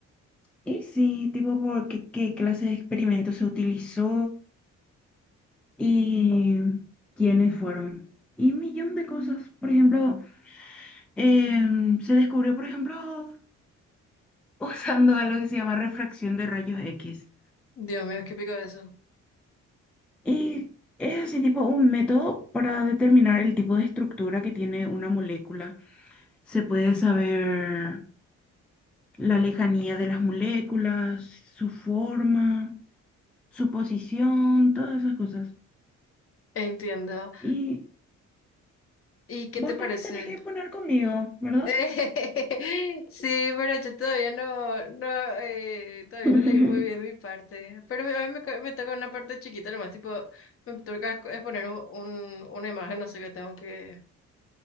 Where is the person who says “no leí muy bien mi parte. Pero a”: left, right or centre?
Left